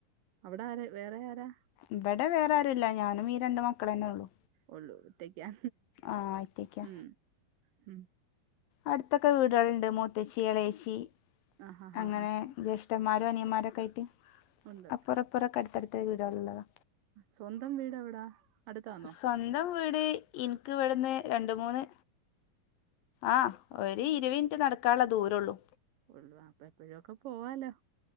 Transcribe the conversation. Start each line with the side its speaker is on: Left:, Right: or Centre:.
Right: അവിടെ ആരാ വേറെ ആരാ
Left: ഇവിടെ വേറെ ആരു ഇല്ല ഞാനും ഈ രണ്ട് മക്കള തന്നെ ഉള്ളു
Right: ഉള്ളൂ ഒറ്റക്ക
Left: ആ ഒറ്റക്കാ
Right: ഉം ഉം
Left: അടുത്തൊക്കെ വീടുകളുണ്ട് മൂത്തച്ചി ഇളേച്ചി
Right: ആ ഹാ ഹാ
Left: അങ്ങനെ
Right: ഹാ
Left: ജ്യേഷ്ഠമാരോ ജേഷ്ഠന്മാര്അനിയന്മാരൊക്കെ ആയിട്ട്
Right: ഉണ്ട്
Left: അപ്പുറപ്പുറൊക്കെ അടുത്തടുത്ത വീടള്ളതാണ്
Right: സ്വന്തം വീട് എവിടാ അടുത്താന്നോ
Left: സ്വന്തം വീട് ഇനിക്ക് ഇവിടന്ന് രണ്ട് മൂന്ന് ആ ഒരു ഇരു മിനിറ്റ് നടക്കാനുള്ള ദൂരള്ളൂ
Right: <unintelligible> എപ്പഴും ഒക്കെ പോവാലോ